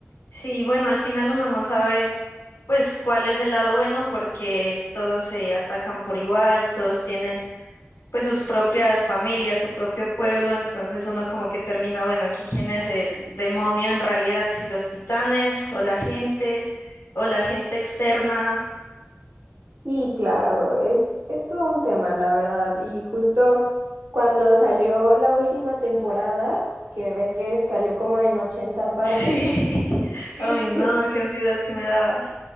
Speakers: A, on the left; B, on the right.
A: Sí, bueno, al final uno no sabe pues cuál es el lado bueno porque todos se atacan por igual, todos tienen pues sus propias familias, su propio pueblo, entonces uno como que termina, bueno, aquí quién es el demonio en realidad, si los titanes o la gente o la gente externa. <laughs>
B: Y claro, es, es todo un tema, la verdad. Y justo cuando salió la última temporada, que ves que salió como en ochenta partes,
A: Sí,
B: <laughs>
A: ay no, qué ansiedad que me daba.